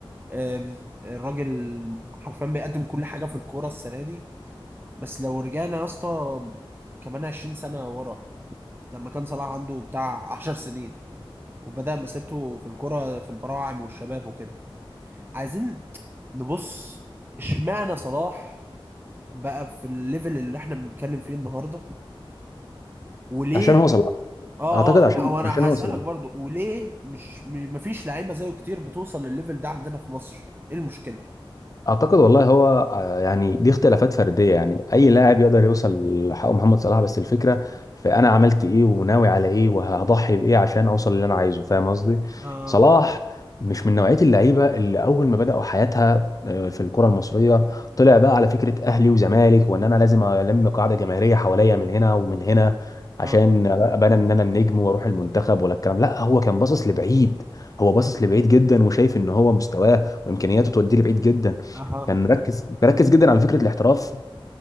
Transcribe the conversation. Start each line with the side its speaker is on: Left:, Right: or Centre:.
Right: آم، الراجل حرفيا بيقدم كل حاجه في الكوره السنه دي بس لو رجعنا يا اسطى كمان 20 سنه ورا لما كان صلاح عنده بتاع 10 سنين وبدأ مسيرته في الكرة في البراعم والشباب وكده عايزين نبص اشمعنى صلاح بقى في الليفل اللي احنا بنتكلم فيه النهارده وليه
Left: عشان هو صلاح
Right: اه
Left: اعتقد
Right: اه
Left: عشان
Right: ما- وانا
Left: عشان هو
Right: هسألك
Left: صلاح
Right: برضو وليه مش مش- مفيش لعيبة زيه كتير بتوصل للليفل ده عندنا في مصر ايه المشكلة
Left: اعتقد والله هو آه، يعني دي اختلافات فرديه يعني اي لاعب يقدر يوصل لحق محمد صلاح بس الفكره في انا عملت ايه وناوي على ايه وهضحي بايه عشان اوصل اللي انا عايزه فاهم قصدي
Right: اه
Left: صلاح مش من نوعيه اللعيبه اللي اول ما بداوا حياتها آه، في الكره المصريه طلع بقى على فكره اهلي وزمالك وان انا لازم الم قاعده جماهيريه حواليا من هنا ومن هنا
Right: اه
Left: عشان ابقى انا ان انا النجم واروح المنتخب ولا الكلام لا هو كان باصص لبعيد هو باصص لبعيد جدا وشايف ان هو مستواه وامكانياته توديه لبعيد جدا
Right: اها
Left: كان مركز مركز جدا على فكره الاحتراف